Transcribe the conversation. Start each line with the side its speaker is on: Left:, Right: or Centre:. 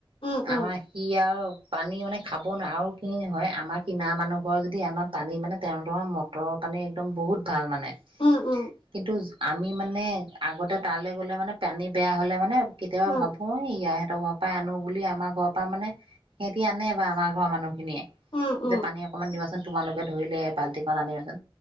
Left: উম
Right: আমাৰ
Left: উম
Right: সি আৰু পানী মানে খাব নোৱোৰে আৰু কি হয় আমাৰ কিনাৰৰ মানুহ ঘৰ যদি আমাৰ পানী মানে তেওঁলোকৰ মটৰৰ পানী একদম বহুত ভাল মানে।
Left: উম উম।
Right: কিন্তু আমি মানে আগতে তালৈ গ'লে মানে পানী বেয়া হ'লে মানে কেতিয়াবা
Left: উম উম
Right: ভাবো ইয়া তাৰ ঘৰ পৰা আনো বুলি আমাৰ ঘৰৰ পৰা মানে সিহঁতি আনে বা আমাৰ ঘৰ মানুহ খিনিয়ে
Left: উম
Right: যে
Left: উম
Right: পানী অকমান দিবাচোন। তোমালোকে ধৰিলে বাল্টিখন আনিবাচোন।